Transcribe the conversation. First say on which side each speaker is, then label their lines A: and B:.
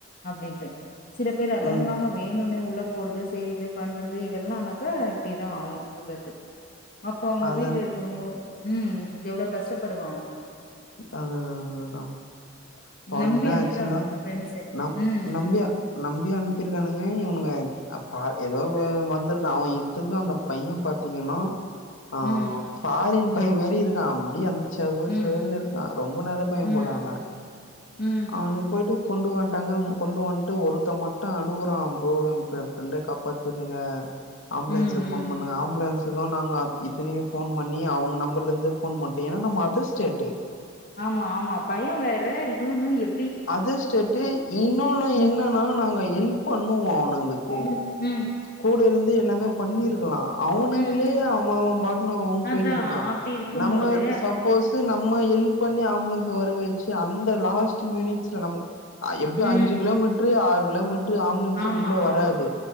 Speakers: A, on the left; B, on the left.
A: அப்பிடின்டு சில பேர் அடங்காம
B: ம்
A: வேணுன்னே உள்ள உள்ள போறது செய்யுறது பண்றது இதெல்லா ஆனாக்கா இப்டிதான் ஆவும் விபத்து அப்ப அவுங்க
B: அதா
A: வீட்ல இருக்குறவுங்களும் ம் எவ்வுளோ கஷ்டப்படுவாங்
B: அத அதா அததா இப்போ
A: நம்பி
B: என்ன
A: அனுப்புறாங்கோ
B: ஆச்சுன்னா
A: ஃப்ரெண்ட்ஸு
B: நம்
A: ம்
B: நம்பியா நம்பி அனுப்பிருக்கானுங்க இவனுங்க பா அப்ப ஏதோ ஒ வந்திருக்கா அவன் இத்துருக்க அந்த பையன் பாத்தீங்கன்னா ஆ
A: ம்
B: ஃபாரின் பேய் மாரி இருக்கான் அப்டி அந்த செக் செவேல்னு
A: ம்
B: இருக்கா ரொம்ப நல்ல பையன்
A: ம்
B: போல அவேன்
A: ம்
B: அவனு போயிட்டு கொண்டு வன்டாங்க கொண்டு வன்ட்டு ஒருத்த மட்டு அழுவுறான் ப்ரோ என் ஃப்ரெண்ட காப்பாத்திருங்க ஆம்புலன்ஸ்
A: ம்
B: போன்
A: ம்
B: பண்ணுங்க ஆம்புலன்ஸ் த்துக்கு நாங்க இத்தனக்கி ஃபோன் பண்ணி அவுங்க நம்பர்ல இருந்து ஃபோன் பண்ட்டு ஏன்னா நம்ம அதர் ஸ்டேட் டு
A: ஆமா ஆமா பயோ வேற இன்னொன்னு எ
B: அதர் ஸ்டேட்டு இன்னொன்னு
A: ம்
B: என்னன்னா நாங்க ஹெல்ப் பண்ணுவோ ன்ன உங்களுக்கு
A: ம் ம்
B: கூட இருந்து து எல்லாமே பண்ணிருக்கலா அவனுங்களே
A: ம்
B: அவ அவ பாட்னு அவ
A: அதா
B: போயினு இருக்கா
A: அப்டி இருக்கும்போது
B: நம்ம சப்போஸ் இது நம்ம ஹெல்ப் பண்ணி ஆம்புலன்ஸ் வர வச்சு அந்த லாஸ் ட்டு மினிட்ஸ்ல நமக்கு ஆ எப்டியு அஞ்சு
A: ம்
B: கிலோமீட்ரு ஆறு கிலோமீட் ரு ஆம்புலன்ஸு
A: ஆமா
B: உள்ள வராது
A: ஆமா